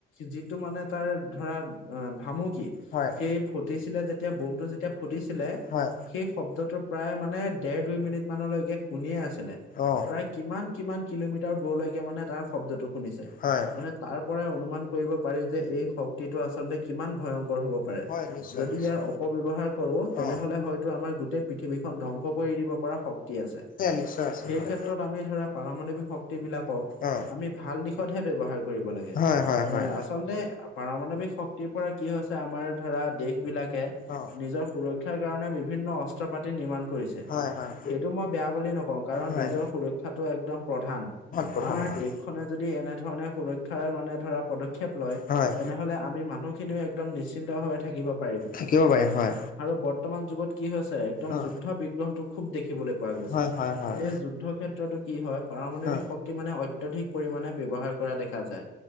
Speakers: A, on the left; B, on the left.
A: যিটো মানে তাৰ ধৰা অ ভামুকি
B: হয়
A: সেই ফুটিছিলে যেতিয়া বুমটো যেতিয়া ফুটিছিলে
B: হয়
A: সেই শব্দটো প্ৰায় মানে দেৰ দুই মিনিট মানলৈকে শুনিয়ে আছিলে।
B: অ
A: প্ৰায় কিমান কিমান কিলোমিটাৰ দূৰলৈকে মানে তাৰ শব্দতটো শুনিছে।
B: হয়
A: মানে তাৰ পৰাই অনুমান কৰিব পাৰি যে এই শক্তিটো আচলতে কিমান ভয়ংকৰ হ'ব পাৰে
B: হয় নিশ্চয়
A: যদি
B: নিশ্চয়
A: ইয়াৰ অপব্যৱহাৰ কৰো। তেনেহলে
B: অ
A: হয়তো আমাৰ গোটেই পৃথিৱীখন ধ্বংস কৰি দিব পৰা শক্তি আছে।
B: নিশ্চয় আছে
A: সেই
B: হয়
A: ক্ষেত্ৰত আমি ধৰা পাৰমাণৱিক শক্তি বিলাকক
B: অ
A: আমি ভাল দিশতহে ব্যয়ৱহাৰ কৰিব লাগে।
B: হয় হয় হয়
A: এ আচলতে পাৰমাৱিক শক্তিৰ পৰা কি হৈছে আমাৰ ধৰা দেশ বিলাকে
B: অ
A: নিজৰ সুৰক্ষাৰ কাৰণে বিভিন্ন অস্ত্ৰ পাতি নিৰ্মাণ কৰিছে।
B: হয় হয়,
A: সেইটো মই বেয়া বুলি নকওঁ কাৰণ
B: হয়।
A: নিজৰ সুৰক্ষাটো একদম প্ৰধান
B: প্ৰধান
A: আমাৰ
B: হয়
A: দেশখনে যদি এনেধৰণে সুৰক্ষা মানে ধৰা পদক্ষেপ পদক্ষেপ লয়
B: হয়
A: তেনেহলে আমি মানুহখিনিও একদম নিশ্চিন্ত ভাৱে থাকিব পাৰিম।
B: থাকিব পাৰিম হয়।
A: আৰু বৰ্তমান যুগত কি হৈছে, একদম
B: অ
A: যুদ্ধ বিগ্ৰহটো খুব দেখিবলৈ পোৱা গৈছে।
B: হয় হয় হয়
A: এই যুদ্ধ ক্ষেত্ৰতো কি হয় পাৰমাণৱিক
B: অ
A: শক্তি মানে অত্যাধিক পৰিমাণে ব্যৱহাৰ কৰা দেখা যায়।